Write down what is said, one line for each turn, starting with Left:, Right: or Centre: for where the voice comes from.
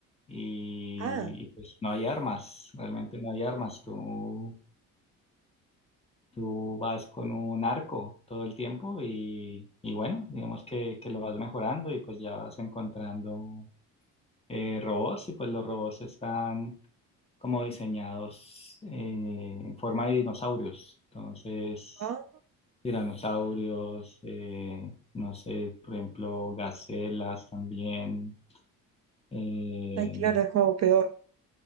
Left: y,
Right: Ah,
Left: y, pues no hay armas, realmente no hay armas. Tú, tú vas con un arco todo el tiempo y, y bueno, digamos que, que lo vas mejorando y pues ya vas encontrando eh, robots y pues los robots están como diseñados eh, en forma de dinosaurios. Entonces,
Right: ah,
Left: tiranosaurios, eh, no sé, por ejemplo, gacelas también. Eh,
Right: ay, claro, es algo peor.